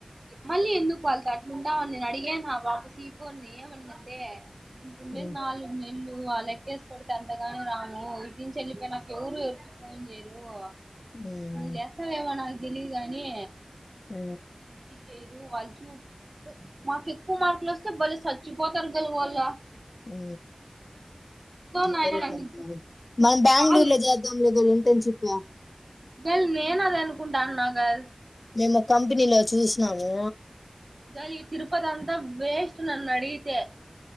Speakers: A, on the right; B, on the left.
A: మళ్ళీ ఎందుకు వాళ్త అట్లుంటావుని నేను అడిగాే నా బాపు సీఫని ఏమని అంటే గుండ
B: ఉమ్
A: నాలుగు ఉ ఇల్లు అ లెక్కేసి కొడితే ఎంతగాన రాము వీటి నుంచి వెళ్ళిపోయి నాకు ఎవరు ఎవరికి ఫోన్ చేయరు అ
B: ఉమ్
A: జస్త వయమాన దిలీ కాగానీ
B: అ
A: చేయరు వాళ్ళు చూ మాకు ఎక్కువ మార్కులు వస్తే బళ్లే చచ్చిపోతారు గలు వాళ్ళ
B: ఆ
A: నాయన
B: సరే
A: నాకు
B: కొ మనం బెంగళూరు
A: కాదు
B: లో చేద్దాంలేదా తెంచిిపా
A: గ నేను అది అనుకుంటాను నా గారు
B: మేము కంపెనీలో చూసన్నాము
A: లి తిరుపతి అంతా వేస్ట్ నన్ నడితే